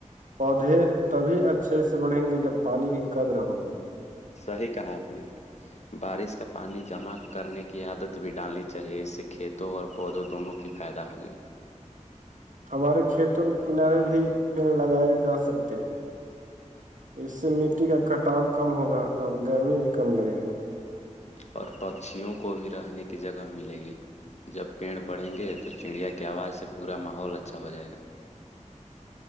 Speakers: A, on the right (about 75°); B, on the left (about 60°).
A: پودے تبھی اچھے سے بڑھیں گے جب پانی کی قدر ہوگی
B: صحیح کہا آپ نے بارش کا پانی جمع کرنے کی عادت بھی ڈالنی چاہیے اس سے کھیتوں اور پودوں دونوں کی فائدہ ہوگی
A: ہمارے کھیتوں کے کنارے بھی پیڑ لگائے جا سکتے ہیں اس سے مٹی کا کٹاؤ کم ہوگا اور گرمی بھی کم لگے گی
B: اور پکشیوں کو بھی رہنے کی جگہ ملے گی جب پیڑ بڑھیں گے تو چڑیا کے ک آواز سے پورا ماحول اچھا ہو جائے گا